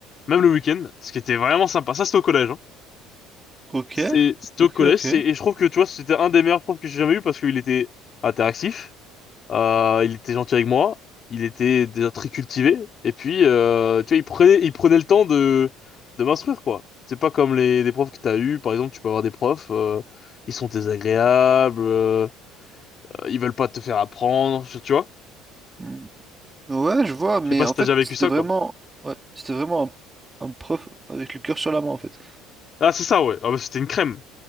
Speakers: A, on the left (about 40°); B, on the right (about 15°).
A: même le week-end, ce qui était vraiment sympa. Ça, c'était au collège, hein.
B: Ok,
A: C'était, c'était
B: ok,
A: au collège
B: ok.
A: c'est- et je trouve que, tu vois, c'était un des meilleurs profs que j'ai jamais eu parce qu'il était interactif. Euh, il était gentil avec moi. Il était déjà très cultivé. Et puis, euh, tu vois, il prenait, il prenait le temps de, de m'instruire, quoi. C'est pas comme les, les profs que t'as eu. Par exemple, tu peux avoir des profs, euh, ils sont désagréables, euh, ils veulent pas te faire apprendre, tu vois.
B: Mm. ouais, je vois, mais
A: Je sais pas
B: en
A: si
B: fait,
A: t'as déjà vécu
B: c'était
A: ça,
B: vraiment,
A: quoi.
B: ouais, c'était vraiment Un un prof avec le cœur sur la main, en fait.
A: Ah, c'est ça, ouais. Ah, bah, c'était une crème.